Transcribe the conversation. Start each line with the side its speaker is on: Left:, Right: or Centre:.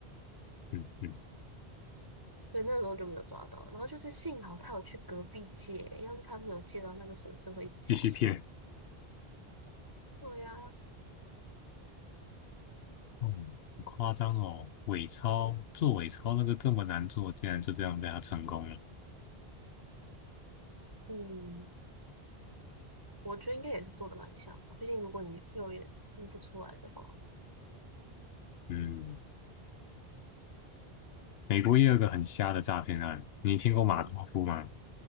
Left: 嗯嗯，
Right: 所以那时候就没有抓到。然后就是幸好他有去隔壁借，要是他没有借到，那个损失会一直下去。
Left: 继续骗。
Right: 对呀、
Left: 哦，好夸张哦！伪钞做伪钞那个这么难做，竟然就这样被他成功了。
Right: 嗯，我觉得应该也是做的蛮像的，毕竟如果你肉眼分不出来的话，
Left: 嗯，美国也有个很瞎的诈骗案，你听过马多夫吗？
Right: 嗯，